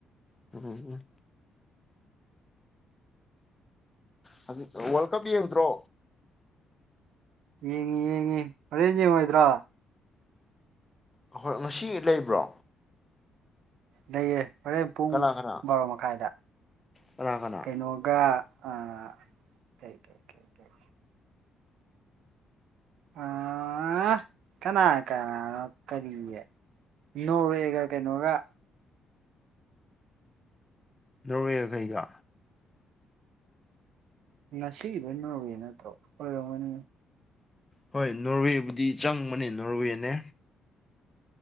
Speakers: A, on the left (about 15°); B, on the right (about 80°).
A: ꯎꯝ ꯎꯝ ꯍꯧꯖꯤꯛ ꯋꯥꯔꯜ ꯀꯞ ꯌꯦꯡꯗ꯭ꯔꯣ
B: ꯌꯦꯡꯉꯤ ꯌꯦꯡꯉꯤ ꯍꯣꯔꯦꯟ ꯌꯦꯡꯉꯣꯏꯗ꯭ꯔꯣ
A: ꯑ ꯍꯣꯏ ꯉꯁꯤ ꯂꯩꯕ꯭ꯔꯣ
B: ꯂꯩꯌꯦ ꯍꯣꯔꯦꯟ ꯄꯨꯡ
A: ꯀꯅꯥ ꯀꯅꯥ
B: ꯕꯥꯔꯣ ꯃꯈꯥꯏꯗ
A: ꯀꯅꯥ ꯀꯅꯥ
B: ꯀꯩꯅꯣꯒ ꯑ ꯀꯩ ꯀꯩ ꯀꯩ ꯑꯥ ꯀꯅꯥ ꯀꯅꯥꯅꯣ ꯀꯔꯤꯌꯦ ꯅꯣꯔꯋꯦꯒ ꯀꯩꯅꯣꯒ
A: ꯅꯣꯋꯦꯒ ꯀꯩꯒꯥ
B: ꯉꯁꯤꯒꯤꯗꯣ ꯅꯣꯔꯋꯦ ꯅꯠꯇ꯭ꯔꯣ ꯑꯣꯢꯔꯝꯒꯅꯤ
A: ꯍꯣꯏ ꯅꯣꯔꯋꯦꯕꯨꯗꯤ ꯆꯪꯕꯅꯦ ꯅꯣꯔꯋꯦꯅꯦ